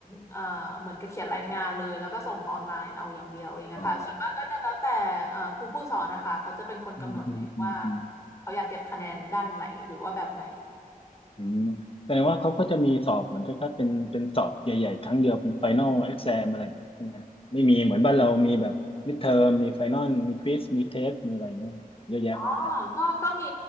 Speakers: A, on the left; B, on the left.
A: เอ่อเหมือนกับเขียนรายงานเลยแล้วก็ส่งออนไลน์เอาอย่างเดียวเองนะคะส่วนมากก็จะแล้วแต่เอ่อครูผู้สอนนะคะเขาจะเป็นคนกำหนดเองว่า
B: อ๋ออืมอืมอืมอืม
A: เขาอยากเก็บคะแนนด้านไหนหรือว่าแบบไหน
B: อืมแสดงว่าเขาก็จะมีสอบเหมือนกับเป็นเป็นสอบใหญ่ๆครั้งเดียวเป็นไฟนอลเอ็กซมอะไรอย่างนี้ใช่ไหมครับไม่มีเหมือนบ้านเรามีแบบมิดเทอมมีไฟนอลมีควิสมีเทสมีอะไรเงี้ยเยอะแยะมากมาย
A: อ๋อก็ก็มี